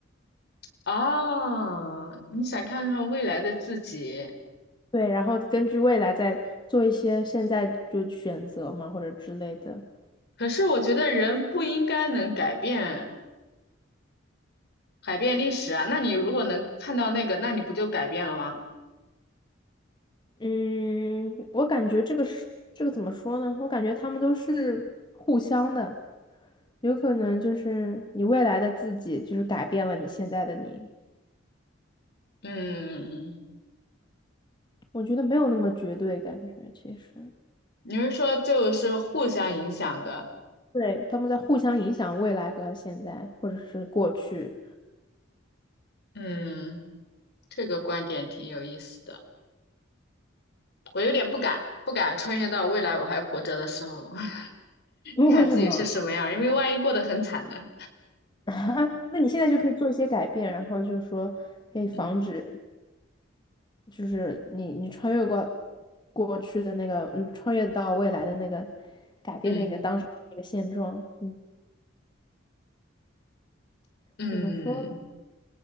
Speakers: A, on the left; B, on the left.
A: 哦？你想看看未来的自己，
B: 对，然后根据未来再做一些现在就选择嘛，或者之类的。
A: 可是我觉得人不应该能改变改变历史啊。那你如果能看到那个，那你不就改变了吗？
B: 嗯，我感觉这个是这个怎么说呢？我感觉他们都是互相的，有可能就是你未来的自己就是改变了你现在的你。
A: 嗯，
B: 我觉得没有那么绝对，感觉其实
A: 你是说就是互相影响的？
B: 对他们在互相影响未来和现在，或者是过去。
A: 嗯，这个观点挺有意思的。我有点不敢不敢穿越到未来我还活着的时候。<laughs>
B: <laughs> 因为为什么？
A: 看自己是什么样儿因为万一过得很惨呢。
B: <laughs> 那你现在就可以做一些改变，然后就是说可以防止。
A: 嗯
B: 就是你你穿越过过去的那个，嗯，穿越到未来的那个，改变那个当时的那个现状，
A: 嗯
B: 嗯，
A: 嗯，
B: 怎么说呢